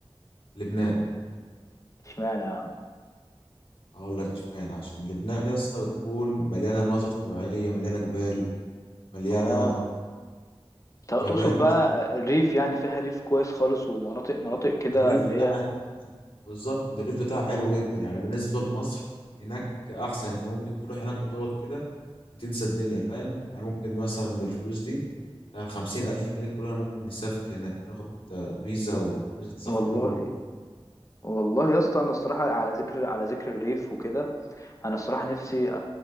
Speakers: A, on the left (about 70°); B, on the left (about 30°).
A: لبنان
B: اشمعنى يا عم
A: هقول لك اشمعنى عشان لبنان يا اسطى بتكون مليانة مناظر طبيعية مليانة جبال مليانة
B: اه تقصد
A: غابات
B: بقى الريف يعني فيها ريف كويس خالص ومناطق مناطق كده
A: الريف
B: اللي
A: بتاعها
B: هي
A: حلو- بالظبط الريف بتاعها حلو جدا يعني بالنسبة لمصر هناك أحسن أنت ممكن تروح هناك وتقعد كده وتنسى الدنيا فاهم يعني ممكن مثلا بالفلوس دي يعني خمسين ألف جنيه كلنا ممكن نسافر هناك ناخد آه، فيزا وفيزا سفر
B: والله
A: ونروح
B: والله يا اسطى انا الصراحه على ذكر على ذكر الريف وكده انا الصراحه نفسي أ- أ-